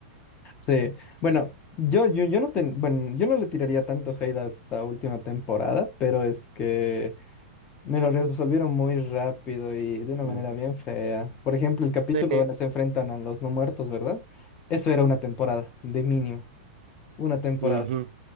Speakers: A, on the left; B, on the right.
A: Sí, bueno, yo, yo, yo no ten- bueno, yo no le tiraría tanto hate a esta última temporada, pero es que me lo resolvieron muy rápido y de una
B: Mm.
A: manera bien fea. Por ejemplo, el capítulo
B: Sí, eh,
A: donde se enfrentan a los no muertos, ¿verdad? Eso era una temporada, de mínimo, una temporada.
B: ujú.